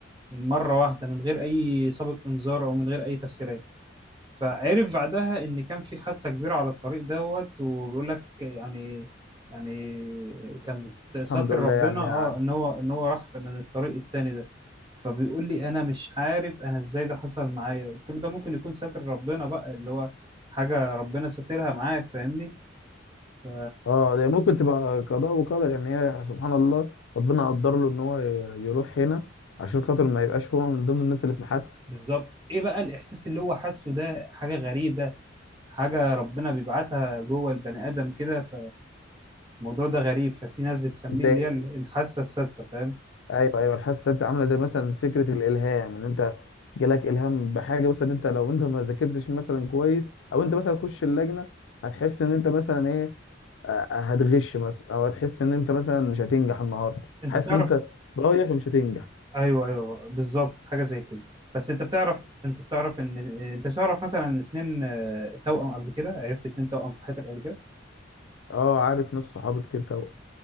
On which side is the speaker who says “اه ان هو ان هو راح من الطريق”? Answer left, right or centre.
Right